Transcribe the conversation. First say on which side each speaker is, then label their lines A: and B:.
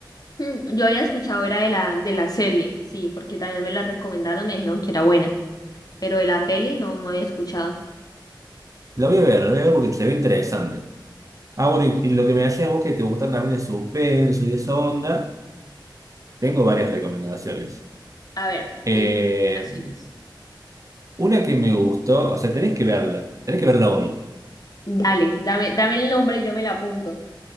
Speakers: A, on the left; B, on the right.
A: Hmm, Yo había escuchado, era de la, de la serie, sí, porque también me la recomendaron, me dijeron que era buena, pero de la peli no, no había escuchado.
B: La voy a ver, la voy a ver porque se ve interesante. Ah, bueno, y, y lo que me decías vos que te gustan también el suspenso y esa onda, tengo varias recomendaciones.
A: A ver, dime
B: Eh,
A: recomendaciones.
B: una que me gustó, o sea, tenés que verla, tenés que verla hoy.
A: Dale, dame, dame el nombre, y yo me la apunto.